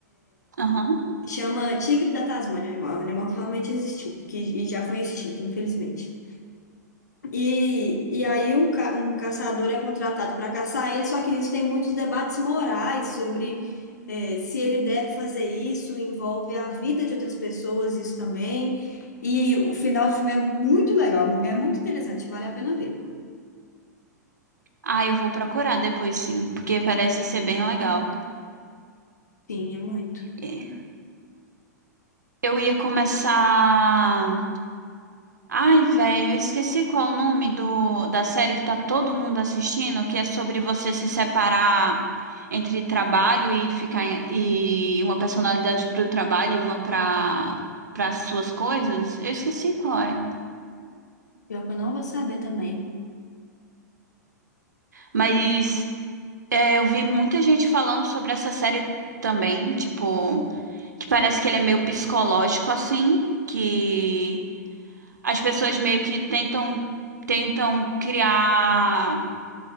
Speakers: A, on the right; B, on the left.
A: aham.
B: Chama tigre da Tasmânia, o animal, é um animal que realmente existiu, que e já foi extinto, infelizmente. E, e aí um, ca- um caçador é contratado para caçar ele, só que nisso tem muitos debates morais sobre eh, se ele deve fazer isso, envolve a vida de outras pessoas, isso também. E o final do filme é muito legal, é muito interessante, vale a pena ver.
A: Ah, eu vou procurar depois, sim, porque parece ser bem legal.
B: Sim, é muito.
A: É. Eu ia começar. Ai, velho, eu esqueci qual é o nome do, da série que tá todo mundo assistindo, que é sobre você se separar entre trabalho e ficar em- e uma personalidade pro trabalho e uma pra para suas coisas. Eu esqueci qual é.
B: Pior que eu não vou saber também.
A: Mas é, eu vi muita gente falando sobre essa série também, tipo, que parece que ele é meio psicológico assim, que as pessoas meio que tentam tentam criar